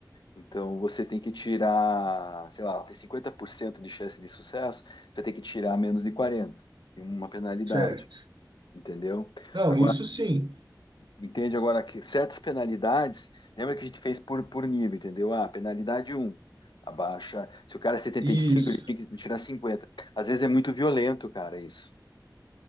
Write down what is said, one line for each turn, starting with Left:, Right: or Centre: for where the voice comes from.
Left: Então você tem que tirar, sei lá, ela tem 50% de chance de sucesso, você tem que tirar menos de 40, tem uma penalidade,
Right: Certo.
Left: entendeu?
Right: Não,
Left: Agora
Right: isso sim.
Left: Entende agora que certas penalidades, lembra que a gente fez por, por nível, entendeu? Ah, penalidade um abaixa. Se o cara é setenta
Right: Isso.
Left: e cinco ele tinha que tirar cinquenta Às vezes é muito violento, cara, isso.